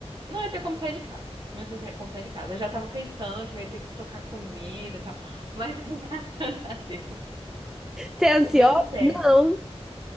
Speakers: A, on the right; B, in the centre.
A: não ia ter como sair de casa. Não ia ter como sair de casa. Eu já tava pensando que eu ia ter que estocar comida e tal. Mas <laughs> graças a Deus.
B: Você é ansiosa?
A: Deu certo.
B: Não.